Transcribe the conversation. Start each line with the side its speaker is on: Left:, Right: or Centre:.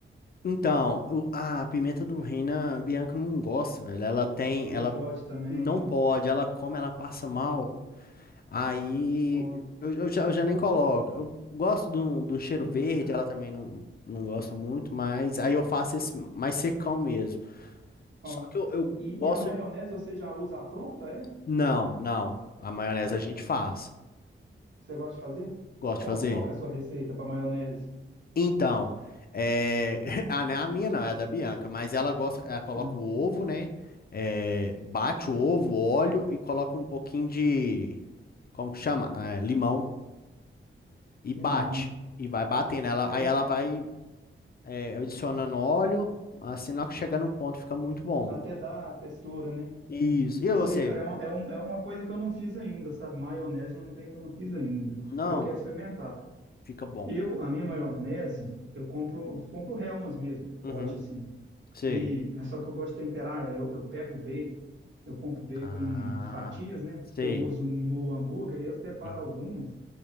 Left: Então, o- a pimenta do reino, a Bianca não gosta, velho. Ela tem,
Right: Não
Left: ela
Right: pode também,
Left: não
Right: né?
Left: pode, ela come, ela passa mal.
Right: Ó,
Left: Aí
Right: ó,
Left: eu, eu já, eu já nem coloco. Eu gosto do, do cheiro
Right: hum,
Left: verde, ela também não, não gosta muito, mas aí eu faço esse mais secão mesmo.
Right: ó.
Left: Só que eu, eu
Right: E,
Left: gosto.
Right: e a maionese você já usa a pronta, é?
Left: Não, não. A maionese a gente faz.
Right: Você gosta de fazer?
Left: Gosto
Right: Qual,
Left: de fazer.
Right: qual que é a sua receita para maionese?
Left: Então, é... <laughs> ah, não é a minha não, é a da Bianca, mas ela gosta, ela coloca
Right: É,
Left: o ovo, né? É, Bate o ovo, óleo e coloca um pouquinho de, como que chama? É, limão e
Right: Limão.
Left: bate. E vai batendo. Ela,
Right: Ó,
Left: aí ela vai é, adicionando óleo, assim, na hora que chegar no ponto fica muito bom.
Right: até dá a textura, né?
Left: Isso. E
Right: Isso
Left: você?
Right: aí, cara, é uma, é um- é uma coisa que eu não fiz ainda, sabe? Maionese é um trem que eu não fiz ainda.
Left: Não,
Right: Mas eu quero experimentar.
Left: fica bom.
Right: Eu, a minha maionese, eu compro, compro Hellmann's mesmo, um pote
Left: Uhum,
Right: assim.
Left: sei.
Right: E, mas só que eu gosto de temperar ela. Eu, eu pego o bacon, eu compro bacon
Left: Ah,
Right: em fatias, né?
Left: sei.
Right: Que eu uso no hambúrguer e eu separo
Left: Uhum,
Right: algumas.